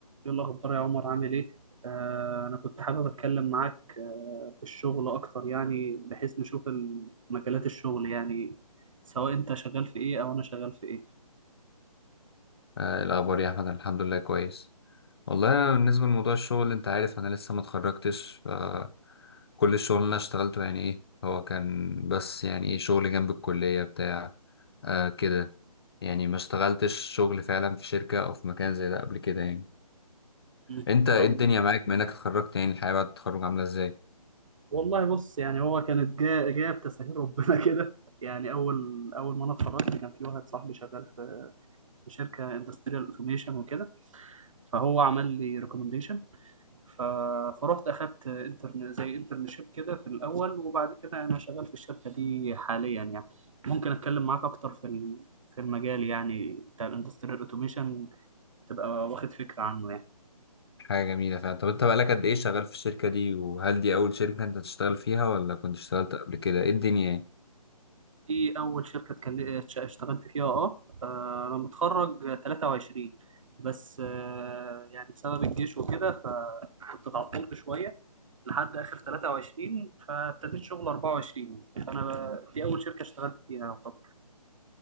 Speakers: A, on the right; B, on the left.
A: ايه الاخبار يا عمر عامل ايه آه انا كنت حابب اتكلم معاك آه في الشغل اكتر يعني بحيث نشوف ال- مجالات الشغل يعني سواء انت شغال في ايه او انا شغال في ايه
B: آه، إيه الأخبار يا أحمد الحمد لله كويس والله أنا بالنسبة لموضوع الشغل أنت عارف أنا لسه ما اتخرجتش ف- كل الشغل اللي أنا اشتغلته يعني إيه هو كان بس يعني إيه شغل جنب الكلية بتاع آه كده يعني ما اشتغلتش شغل فعلا في شركة أو في مكان زي ده قبل كده يعني
A: مم.
B: أنت إيه
A: طب
B: الدنيا معاك بما إنك اتخرجت يعني الحياة بعد التخرج عاملة إزاي؟
A: والله بص يعني هو كانت جايه جايه بتسهيل ربنا <laughs> كده يعني اول اول ما انا اتخرجت كان في واحد صاحبي شغال في في شركه اندستريال اوتوميشن وكده فهو عمل لي ريكومنديشن ف... فروحت اخدت انترن زي انترنشيب كده في الاول وبعد كده انا شغال في الشركه دي حاليا يعني ممكن اتكلم معاك اكتر في ال- في المجال يعني بتاع الاندستريال اوتوميشن تبقى واخد فكره عنه يعني
B: حاجة جميلة فعلا طب أنت بقالك قد إيه شغال في الشركة دي وهل دي أول شركة أنت تشتغل فيها ولا كنت اشتغلت قبل كده؟ إيه الدنيا يعني؟
A: دي اول شركه اتكل- اتش- اشتغلت فيها اه آه، انا متخرج 23 بس آه، يعني بسبب الجيش وكده فكنت اتعطلت شويه لحد اخر 23 فابتديت شغل 24 فانا دي اول شركه اشتغلت فيها طب